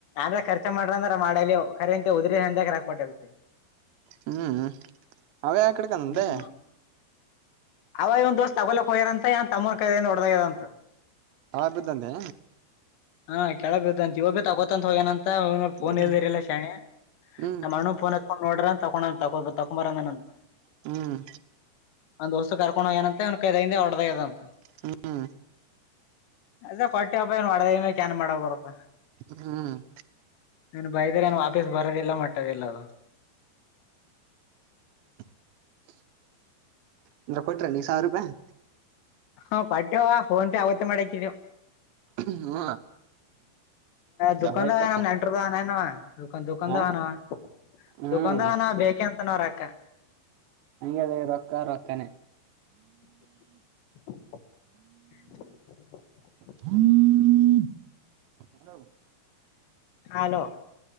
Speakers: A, on the left; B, on the right.
A: ನ್ರ ರ್ಚ ಮಾಡ್ರಂದ್ರ ಮಾಡರ ಉದ್ರ ಹಂದಕ ಹಾಕಟ್ಟತಿ
B: ಹ್ಮ್ ಅವೇ ಆ ಕಡೆಕಂದಂದೆ
A: ಹ್ಮ ಅವ ಇವ್ ದೋಸ್ ತಗೋಕ್ ಹೋಗ್ಯಾರ ಅಂತ ಏ ತಮ್ಮನ ಕೈದಏ ನಡದ್ಯದ ಅಂತ
B: ಹಂತದಂದೆ
A: ಹಾ ಕೆಳ ಬಿದ್ದಂತ ಇಗ್ ಬಿ ತಗೋತಂತ ಹೋಗೇನಂತ ಫೋನ್
B: ಹ್ಮ್
A: ಇಲ್ದಿರಿಲ್ಲ ಶಣಿ
B: ಹ್ಮ್
A: ನಮ್ಮ ಅಣ್ಣನ್ ಫೋನ್ ಹತ್ಕೊಂಡ್ ನೋಡ್ರ ತೊೊಂಡ ತೊ ತಗೊಂಬಾರ ನ
B: ಹ್ಮ್
A: ನನ್ ದೋಸ್ತು ಕರ್ಕೊಂಡ ಹೋಗೇಏನಂತೆ ಒನ್ ಕೈದ ಹಿಂದ ಹೊಡದಾಗ್ಯದಂತ
B: ಹ್ಮ
A: ಅದ ಕೊಟ್ಟ್ಯವಪ್ಪ ಏನು ಮಾಡಡದ ಚನ್ ಮಾಡ ಬರಪ್ಪಾ
B: ಹ್ಮ್
A: ನನ್ ಬೈದ್ರ ನನ್ ವಾಪೀಸ್ ಬರೋದ ಎಲ್ಲ ಮಟ್ಟದ ಎಲ್ಲದು
B: <inaudible> ಅಂದ್ರ ಕೊಟ್ರ ನೀ ಸಾವಿರ ರೂಪಾಯಿ
A: ಹಾ ಕಟ್ಟವ ಫೋನ್ಂತ ಯಾವತ್ತೇ ಮಾಡಾಕಿದವು
B: ಹ್ಮ
A: ದದುಕಾನದಾರಮ್ಮ
B: ಚಲ ಆಯ್ತ
A: ನೆಟ್ಟ್ರದನನು ದುಖ ದುಖನ್ದವನವ
B: ಹ ಹ್ಮ್
A: ದುಖನ್ದವನ ಬೇಕೆ ಅಂತ ನ್ರಕ್ಕ
B: ಹಂಗದೇ ರೊಕ್ಕ ರೊಕ್ಕಾನೆ
A: <inaudible>
B: <inaudible> ಹಲೋ
A: ಹಲೋ